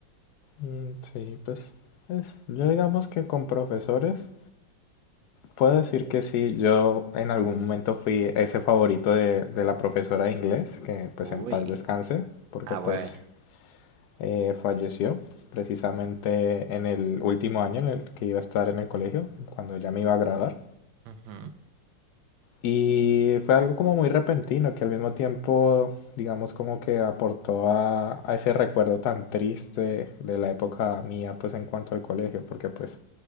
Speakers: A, on the left; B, on the right.
A: Mm, Sí, pues es- yo digamos que con profesores puedo decir que sí, yo en algún momento fui ese favorito de, de la profesora de inglés, que pues
B: Uy.
A: en paz descanse, porque
B: Ah,
A: pues
B: bueno.
A: eh, falleció precisamente en el último año en el que iba a estar en el colegio, cuando ya me iba a graduar.
B: Ujú,
A: Y fue algo como muy repentino que al mismo tiempo, digamos, como que aportó a, a ese recuerdo tan triste de la época mía, pues en cuanto al colegio, porque pues